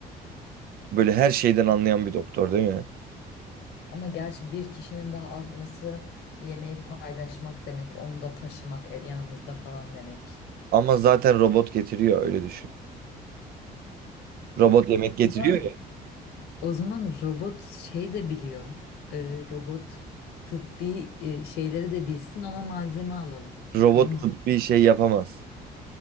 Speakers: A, on the right; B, on the left.
A: Böyle her şeyden anlayan bir doktor değil mi?
B: Ama gerçi bir kişinin daha artması yemeği paylaşmak demek, onu da taşımak e, yanımızda falan demek.
A: Ama zaten robot getiriyor öyle düşün. Robot yemek getiriyor
B: O zaman
A: ya.
B: O zaman robot şey de biliyor. Ee, robot tıbbi e, şeyleri de bilsin ona malzeme alalım. Tıbbi
A: Robot
B: mal-
A: bir şey yapamaz.